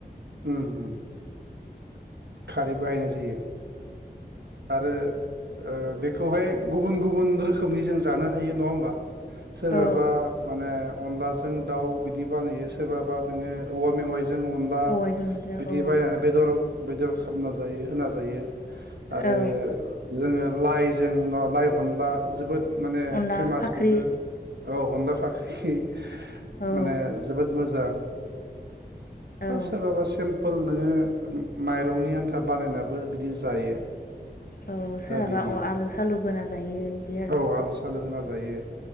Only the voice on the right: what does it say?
उम उम खारै बाहायनाय जायो आरो। ओ बेखौहाय गुबुन गुबुन रोखोमनि जों जानो हायो नङा होमबा? सोरहाबा
माने अनलाजों दाउ बिदि बानायो सोरबाबा नोङो औवा मेवाय जों अनला
बिदि
बायनानै बेदर बायदियाव खालामना जायो होना जायो आरो
जोङो लाइजों न लाइ अनला जोबोद माने
फेमास
बेबो औ अनला फाख्रि
माने जोबोद मोजां
सोरबाबा सिमपोल नोङो माइरंनि आन्था बानायनाबो बिलि जायो।
दा बिदि
औ आलु सालु होना जायो